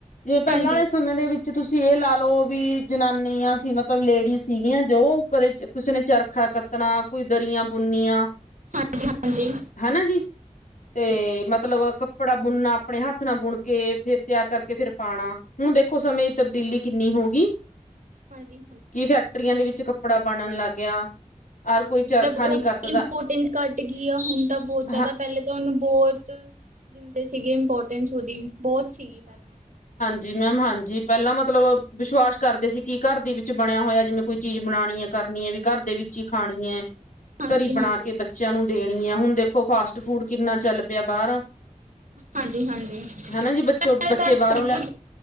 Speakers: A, on the left; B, on the right.
A: ਜਿਵੇ ਪਹਿਲਾਂ
B: ਹਾਂਜੀ
A: ਵਾਲੇ ਸਮੇਂ ਦੇ ਵਿੱਚ ਤੁਸੀਂ ਇਹ ਲਾ ਲਓ ਵੀ ਜਨਾਨੀਆਂ ਸੀ, ਮਤਲਬ ਲੇਡੀਜ਼ ਸੀਗੀਆਂ ਜੋ ਕਦੇ ਕਿਸੇ ਨੇ ਚਰਖਾ ਕੱਤਣਾ ਕੋਈ ਦਰੀਆਂ ਬੁਣਨੀਆ
B: ਹਾਂਜੀ ਹਾਂਜੀ
A: ਹਨਾ ਜੀ, ਤੇ
B: ਹਾਂਜੀ
A: ਮਤਲਬ ਕੱਪੜਾ ਬੁਣਨਾ ਆਪਣੇ ਹੱਥ ਨਾਲ ਬੁਣ ਕੇ ਫਿਰ ਤਿਆਰ ਕਰਕੇ ਫਿਰ ਪਾਉਣਾ ਹੁਣ ਦੇਖੋ ਸਮੇਂ ਦੀ ਤਬਦੀਲੀ ਕਿੰਨੀ ਹੋ ਗਈ,
B: ਹਾਂਜੀ
A: ਕੀ ਫੈਕਟਰੀਆਂ ਦੇ ਵਿੱਚ ਕੱਪੜਾ ਬਣਨ ਲੱਗ ਗਿਆ। ਔਰ
B: ਹਾਂਜੀ,
A: ਕੋਈ
B: ਮਤਲਬ
A: ਚਰਖਾ
B: ਉਹਦੀ
A: ਨਹੀਂ ਕੱਤਦਾ
B: ਇੰਪੋਰਟੈਂਸ ਘੱਟ ਗਈ ਆ ਹੁਣ ਤਾਂ ਬਹੁਤ ਜ਼ਿਆਦਾ
A: ਹ
B: ਪਹਿਲੇ ਤਾਂ ਉਹਨੂੰ ਬਹੁਤ ਦਿੰਦੇ ਸੀਗੇ ਇੰਪੋਰਟੈਂਸ ਉਹਦੀ ਬਹੁਤ ਸੀਗੀ ਪਹਿਲਾਂ,
A: ਜੀ ਮੈਮ ਹਾਂਜੀ, ਪਹਿਲਾਂ ਮਤਲਬ ਵਿਸ਼ਵਾਸ ਕਰਦੇ ਸੀ ਕਿ ਘਰ ਦੇ ਵਿੱਚ ਬਣਿਆ ਹੋਇਆ ਜਿਵੇਂ ਕੋਈ ਚੀਜ਼ ਬਣਾਉਣੀ ਹੈ, ਕਰਨੀ ਹੈ, ਵੀ ਘਰ ਦੇ ਵਿੱਚ ਹੀ ਖਾਣੀ ਹੈ,
B: ਹਾਂਜੀ-ਹਾਂਜੀ,
A: ਘਰੀ ਬਣਾ ਕੇ ਬੱਚਿਆਂ ਨੂੰ ਦੇਣੀ ਹੈ ਹੁਣ ਦੇਖੋ ਦੇਖੋ ਫਾਸਟ ਫੂਡ ਕਿੰਨਾ ਚੱਲ ਪਿਆ ਬਾਹਰ,
B: ਹਾਂਜੀ, ਹਾਂਜੀ,
A: ਹਨਾ ਜੀ ਬੱਚੋ
B: ਪੈਲੇ
A: ਬੱਚੇ
B: ਤਾਂ
A: ਬਾਹਰੋਂ
B: ਸਭ
A: ਲੈ
B: ਕੁਝ